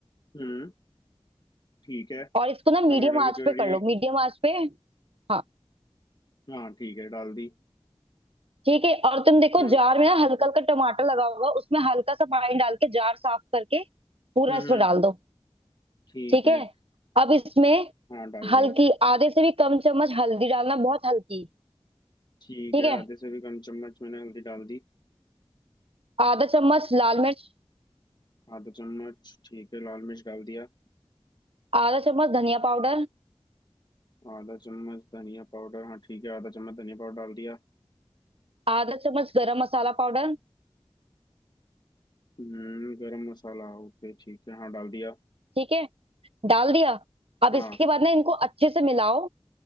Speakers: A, on the left; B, on the right.
A: हम्म ठीक है
B: और इसको ना मीडियम
A: टमाटर
B: आंच
A: की प्योरी
B: पे कर लो मीडियम आंच पे हाँ
A: हाँ ठीक है डाल दी
B: ठीक है और तुम देखो
A: हाँ
B: जार में ना हल्का हल्का टमाटर लगा होगा उसमें हल्का सा पानी डाल के जार साफ करके पूरा
A: हम्म
B: इसमें
A: हम्म,
B: डाल दो
A: ठीक
B: ठीक
A: है
B: है अब इसमें
A: हाँ डाल
B: हल्की
A: दिया
B: आधे से भी कम चम्मच हल्दी डालना बहुत हल्की
A: ठीक
B: ठीक
A: है
B: है
A: आधे से भी कम चम्मच मैंने हल्दी डाल दी
B: आधा चम्मच लाल मिर्च
A: आधा चम्मच ठीक है लाल मिर्च डाल दिया
B: आधा चम्मच धनिया पाउडर
A: आधा चम्मच धनिया पाउडर हाँ ठीक है आधा चम्मच धनिया पाउडर डाल दिया
B: आधा चम्मच गरम मसाला पाउडर
A: हम्म गरम मसाला ओके ठीक है हाँ डाल दिया
B: ठीक है डाल दिया अब
A: हाँ
B: इसके बाद ना इनको अच्छे से मिलाओ